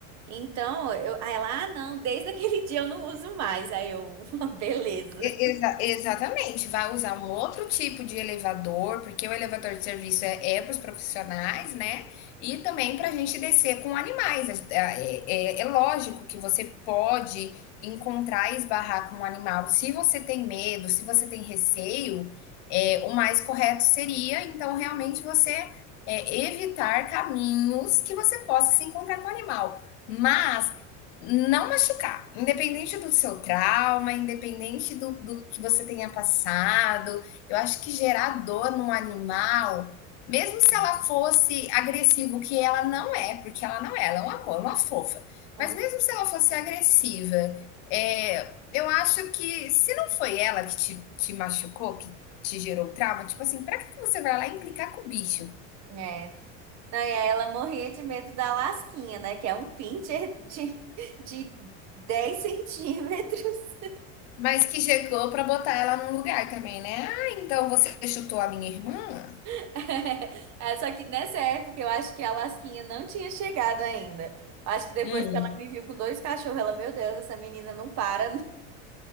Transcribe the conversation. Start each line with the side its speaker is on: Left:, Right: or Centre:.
Right: Então, eu, aí ela, ah, não, desde <laughs> aquele dia eu não uso mais. Aí eu, <laughs> beleza.
Left: E- exa- exatamente, vai usar um outro tipo de elevador, porque o elevador de serviço é, para os profissionais, né? E também para a gente descer com animais. É, é- é- é lógico que você pode encontrar e esbarrar com um animal. Se você tem medo, se você tem receio, é, o mais correto seria, então, realmente você é, evitar caminhos que você possa se encontrar com o animal. Mas não machucar, independente do seu trauma, independente do, do que você tenha passado, eu acho que gerar dor num animal, mesmo se
Right: É.
Left: ela fosse agressiva, o que ela não é, porque ela não é, ela é um amor, uma fofa,
Right: Hum,
Left: mas mesmo se ela fosse agressiva, é, eu acho que se não foi ela que te, te machucou, que te gerou trauma, tipo assim, pra que você vai lá implicar com o bicho?
Right: É. Não, e aí ela morria de medo da lasquinha, né? Que é um pincher de, de 10 centímetros.
Left: Mas que chegou pra botar ela num lugar também, né? Ah, então você chutou a minha irmã?
Right: <laughs> É, só que nessa época eu acho que a lasquinha não tinha chegado ainda. Eu Acho que depois
Left: Hum.
Right: que ela me viu com dois cachorros, ela, meu Deus, essa menina não para.